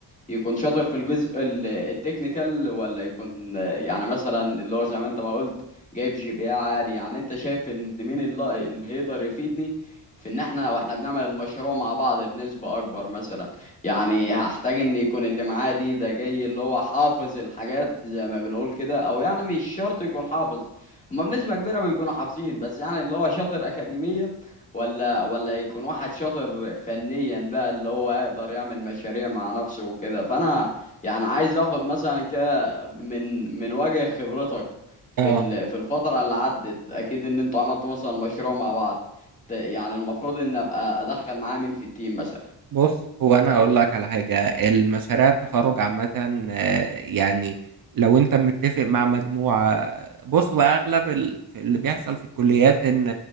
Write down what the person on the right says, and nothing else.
اه
بص هو انا هقول لك على حاجه المشاريع التخرج عامه آه، يعني لو انت متفق مع مجموعه بص هو اغلب ال- في اللي بيحصل في الكليات ان